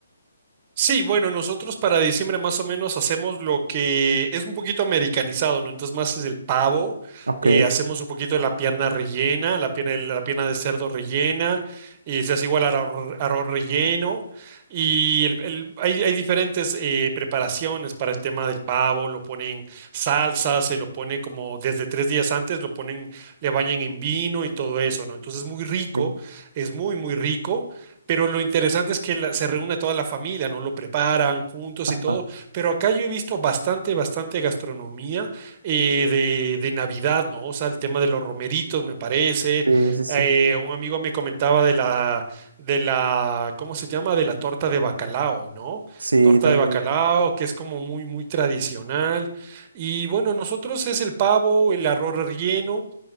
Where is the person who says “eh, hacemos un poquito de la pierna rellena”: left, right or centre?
Right